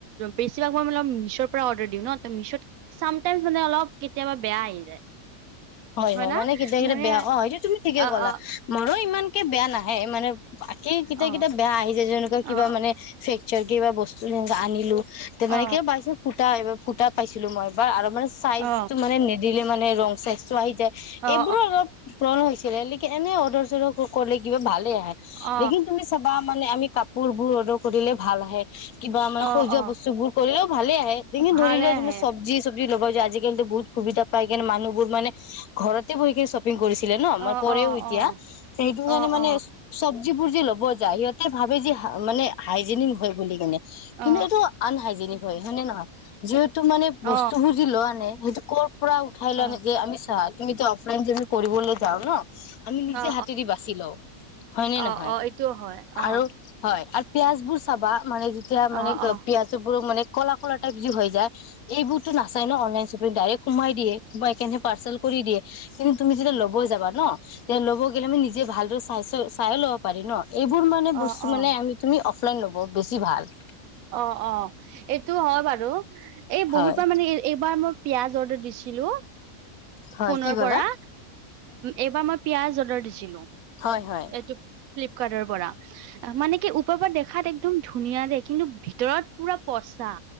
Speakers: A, on the right; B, on the left.
A: বেছিভাগ মই মানে অলপ মিহছৰ পৰা অৰ্ডাৰ দিওঁ, ন ত মিহছত চামটাইমচ মানে অলপ। কেতিয়াবা বেয়া আহি যায়।
B: হয়, হয়
A: না
B: মানে। কেতিয়া কেইটায়া
A: মোৰে
B: বেয়া অ সেইটো তুমি ঠিকে
A: অ
B: ক'লা
A: অ
B: মোৰো ইমানকে বেয়া নাহে মানে তাকেই কেতিয়া
A: অ
B: কেতিয়াবা বেয়া আহি যায়। যেনেকুৱা কিবা
A: অ
B: মানে ফ্ৰেকচাৰ কিবা বস্তু যেনে আনিলো তে মানে
A: অ অ
B: কিয় বাইঞ্চেছ ফুটা এইবাৰ ফুটা পাইছিলো। মই এবাৰ আৰু মানে চাইজটো
A: অ
B: মানে দিলে মানে ৰং স্বাস্থ্য আহি যায়
A: অ অ
B: এইবোৰো অলপ পূৰণ হৈছে। এনে অৰ্ডাৰ চদাৰ কৰিলে কিবা ভালে আহে
A: অ
B: লেকিন তুমি চাবা। মানে আমি কাপোৰ বোৰ অৰ্ডাৰ কৰিলে ভাল আহে। কিবা মানে
A: অ
B: সজোৱা
A: অ
B: বস্তুবোৰ কৰিলেও ভালে আহে যে লেকিন
A: ভালে
B: ধৰি লওঁ
A: আহে
B: য চব্জি চ'ব। ল'বা আজিকালি বহুত সুবিধা পায়। কিণ মানুহবোৰ মানে ঘৰতে বহি কি শপিং কৰিছে। ন ম
A: অ
B: কৰে
A: অ
B: এতিয়া
A: অ
B: সেইানে
A: অ অ
B: মানে
A: অ
B: চ'ব। চজ্বিবোৰ যি ল'ব যায় সিহঁতে ভাবে যেি মানে হাইজেনিক হয় বুলি কেনে। কিন্তু
A: অ
B: এইটো আনহাইজেনিক হয়, হয়নে নহয় যিহেতু। টো মানে বস্তুবোৰ
A: অ অ
B: যি লোৱা নে সেইটো কৰ' পৰা উঠাই লয়
A: অ
B: আনে যে আমি। তুমি অফলাইন য কৰিবলৈ যাও ন। আমি নিজে
A: অ
B: হাতেদি বাচি লওঁ হয়নে
A: অ
B: নহয়
A: অ এইটোও হয় অ
B: আৰু হয়। পিয়াজ বোৰ চাবা মানে যেতিয়া মানে
A: অ অ
B: পিয়াজ বোৰো মানে। কলা কলা টাইপ যে হৈ যায়। এইবোৰতো নচাই ন অনলাইন শ্বপিং ডাইৰেক্ট সোমাই দিয়ে সোমাই কেনে। পাৰ্চেল কৰি দিয়ে কিন্তু তুমি যেতিয়া ল'ব যাবা ন তেতিয়া ল'ব গ'লে মানে নিজে ভালদৰে চাই চাই ল'ব পাৰি ন এইবোৰ মানে
A: অ
B: বস্তু
A: অ
B: মানে আমি তুমি অফলাইন ল'ব বেছি ভাল।
A: অ-অ এইটো হয় বাৰু এই
B: হয়
A: বহুতবাৰ মানে এইবাৰ মই পিয়াজ অৰ্ডাৰ দিছিলো
B: হয়
A: ফোনৰ
B: কি ক'লা
A: পৰা। এইবাৰ মই পিয়াজ অৰ্ডাৰ দিছিলো
B: হয় হয়
A: এইটো ফ্লিপকাৰ্টৰ পৰা। মানে কি ওপৰৰ পৰা দেখাত একদম ধুনীয়া দে কিন্তু ভিতৰত পুৰা পচা।